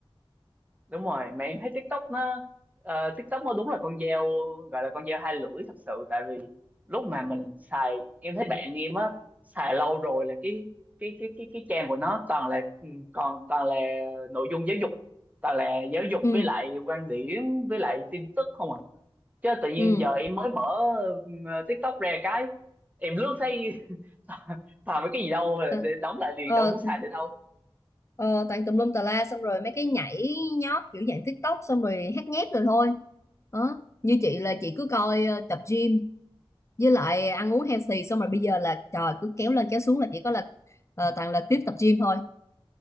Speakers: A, on the right (about 15°); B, on the left (about 30°).
A: đúng rồi mà em thấy TikTok nó ờ, TikTok nó đúng là con dao gọi là con dao hai lưỡi thật sự tại vì lúc mà mình xài em thấy bạn em á xài lâu rồi là cái cái cái cái cái trang của nó toàn là ừ, còn toàn là nội dung giáo dục toàn là giáo dục
B: ừ
A: với lại quan điểm với lại tin tức không à chứ tự nhiên
B: ừ
A: giờ em mới mở ừ, TikTok ra cái em lướt thấy <laughs> toàn mấy cái gì đâu mà
B: Ờ,
A: để đóng lại liền
B: ờ,
A: đâu muốn xài được đâu
B: Ờ, toàn tùm lum tà la xong rồi mấy cái nhảy nhót kiểu dạng TikTok xong rồi hát nhép rồi thôi đó. Như chị là chị cứ coi ờ, tập gym với lại ăn uống healthy xong rồi bây giờ là trời cứ kéo lên kéo xuống là chỉ có là ờ, toàn là clip tập gym thôi